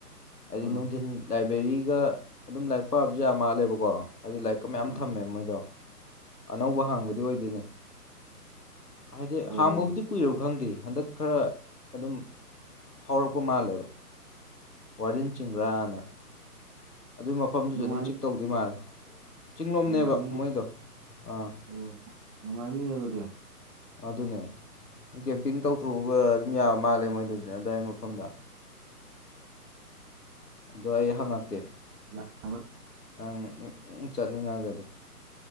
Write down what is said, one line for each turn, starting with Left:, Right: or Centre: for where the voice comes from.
Left: ꯍꯥꯏꯗꯤ
Right: ꯑꯥ
Left: ꯅꯨꯡꯊꯤꯟ ꯂꯥꯏꯕ꯭ꯔꯦꯔꯤꯒ ꯑꯗꯨꯝ ꯂꯥꯏꯔꯤꯛ ꯄꯥꯕꯁꯨ ꯌꯥꯝ ꯃꯥꯜꯂꯦꯕꯀꯣ ꯍꯥꯏꯗꯤ ꯂꯥꯏꯔꯤꯛꯀ ꯃꯌꯥꯝ
Right: ꯑꯥ
Left: ꯊꯝꯃꯦ ꯃꯣꯏꯗꯣ ꯑꯅꯧꯕ ꯍꯥꯡꯕꯗꯤ
Right: ꯎꯝ
Left: ꯑꯣꯏꯗꯣꯏꯅꯦ ꯍꯥꯏꯗꯤ
Right: ꯑꯣ
Left: ꯍꯡꯕꯕꯨꯗꯤ ꯀꯨꯏꯔꯦ ꯈꯪꯗꯦ ꯍꯟꯗꯛ ꯈꯔ ꯑꯗꯨꯝ ꯐꯥꯎꯔꯛꯄ ꯃꯥꯜꯂꯦꯕ ꯋꯥꯔꯟ ꯆꯤꯡꯒ꯭ꯔꯥꯅ ꯑꯗꯨꯏ ꯃꯐꯝꯗꯨꯁꯨ
Right: ꯅꯨꯡꯉꯥꯏ
Left: ꯑꯗꯨꯝ ꯆꯤꯛ ꯇꯧꯗꯣꯏ ꯃꯥꯜꯂꯦ ꯆꯤꯡꯂꯣꯝꯅꯦꯕ
Right: ꯅꯨꯡꯉꯥꯏꯅꯤ
Left: ꯃꯣꯏꯗꯣ ꯑꯥ
Right: ꯑꯣ ꯅꯨꯡꯉꯥꯏꯅꯤꯅꯦ ꯑꯗꯨ ꯗ
Left: ꯑꯗꯨꯅꯦ ꯀꯦꯝꯄꯤꯡ ꯇꯧꯊꯣꯛꯎꯕ ꯑꯗꯨꯝ ꯌꯥꯕ ꯃꯥꯜꯂꯦ ꯃꯣꯏꯗꯨꯁꯨ ꯑꯋꯥꯏ ꯃꯐꯝꯗ ꯑꯗꯣ ꯑꯩ ꯍꯪꯉꯛꯀꯦ
Right: ꯈꯔ
Left: ꯑꯪ ꯆꯠꯅꯤꯡꯉꯒꯗꯤ